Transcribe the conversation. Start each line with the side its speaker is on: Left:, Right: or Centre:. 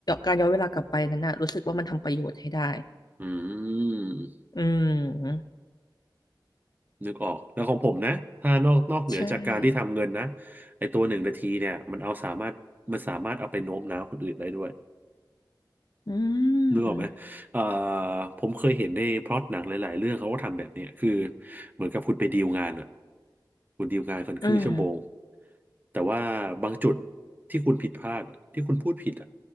Left: การย้อนเวลากลับไปนั้นน่ะรู้สึกว่ามันทำประโยชน์ให้ได้
Right: อืม
Left: อืม
Right: นึกออก แล้วของผมนะถ้านอกนอกเหนือจากการที่ทำเงินนะ
Left: ใช่
Right: ไอตัวหนึ่งนาทีเนี่ยมันเอาสามารถมันสามารถเอาไปโน้มน้าวคนอื่นได้ด้วย
Left: อื
Right: นึกออกไหมเอ่อ
Left: ม
Right: ผมเคยเห็นในพล็อตหนังหลายๆเรื่องเขาก็ทำแบบเนี้ยคือเหมือนกับคุณไปดีลงานอะคุณดีลงานกันครึ่งชั่วโมง
Left: อืม
Right: แต่ว่าบางจุดที่คุณผิดพลาดอะที่คุณพูดผิดอะ